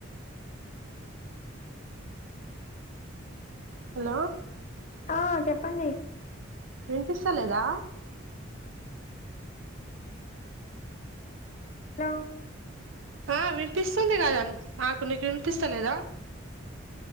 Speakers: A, on the right; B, on the left.
A: హలో
B: ఆ చెప్పండి
A: వినిపిస్తా లేదా
B: హలో
A: ఆ వినిపిస్తుంది కదా నాకు నీకు వినిపిస్తలేదా